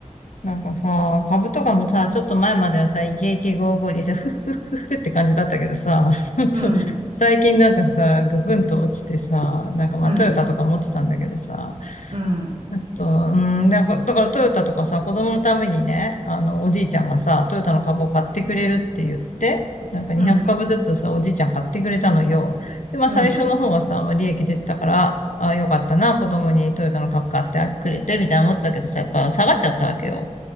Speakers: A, on the left; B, on the right.
A: なんかさ、株とかもさ、ちょっと前まではさ、イケイケゴーゴーでさ、フッフッフッフッって感じだったけどさ、<laughs>
B: うん、
A: ちょ最近なんかさ、ぐんと落ちてさ、なんかまあトヨタとか持ってたんだけどさ、
B: うん、うん、
A: あと、うん、なんかだからトヨタとかさ、子供のためにね、あの、おじいちゃんがさ、トヨタの株を買ってくれるって言って、なんか200株ずつさ、
B: うん、
A: おじいちゃん買ってくれたのよ。で、まあ最初の方はさ、
B: うん、
A: まあ利益出てたから、あ、よかったな、子供にトヨタの株買ってくれて、みたいな思ってたけどさ、やっぱ下がっちゃったわけよ。